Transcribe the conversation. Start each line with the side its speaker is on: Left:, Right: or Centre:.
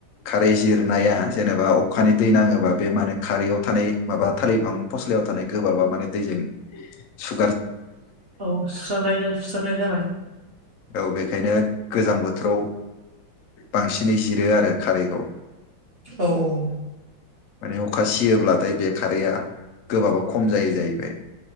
Left: खारै जिरनाया जेनेबा अखानि दै नाङोबा बे माने खारैयाव थानाय माबा थालिर बिफांनि फस्लायाव थानाय गोबाब माने दैजों सु
Right: औ सुस्रानाय सुस्रानाय जाबाय।
Left: औ बेखायनो गोजां बोथोराव बांसिनै जिरो आरो खारैखौ।
Right: औ औ।
Left: माने अखा सियोब्लाथाय बे खारैया गोबाबआ खम जायो जाहैबाय।